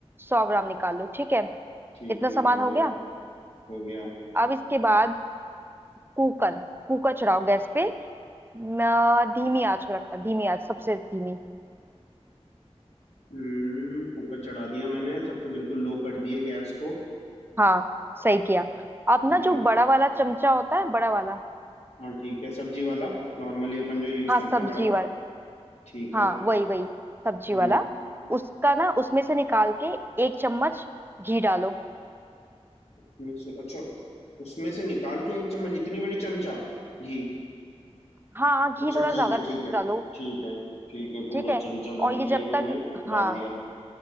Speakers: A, on the right (about 20°); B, on the left (about 70°).
A: सौ ग्राम निकाल लो ठीक है
B: ठीक
A: इतना
B: है निकाल
A: सामान हो
B: लिया
A: गया
B: हो गया
A: अब इसके बाद कुकर कुकर चढ़ाओ गैस पे म, धीमी आंच पे रखना धीमी आंच सबसे धीमी
B: हम्म कुकर चढ़ा दिया मैंने सबसे बिल्कुल लो कर दिए गैस को
A: हाँ सही किया अब
B: ठीक
A: ना जो
B: है
A: बड़ा वाला चमचा होता है बड़ा वाला
B: हाँ ठीक है सब्जी वाला नॉर्मली अपन जो यूज
A: हाँ
B: करते
A: सब्जी
B: हैं बड़ा
A: वाला
B: ठीक
A: हाँ
B: है
A: वही वही सब्जी
B: हम्म
A: वाला उसका ना उसमें से निकाल के एक चम्मच घी डालो
B: उसमें से अच्छा उसमें से निकाल के एक चम्मच इतनी बड़ी चमचा घी
A: हाँ हाँ, घी
B: अच्छा
A: थोड़ा
B: ठीक
A: ज्यादा
B: है ठीक है
A: डालो
B: ठीक है ठीक है पूरा
A: ठीक है
B: चमचा
A: और
B: भर
A: ये
B: लिया
A: जब
B: मैंने
A: तक हाँ
B: डाल दिया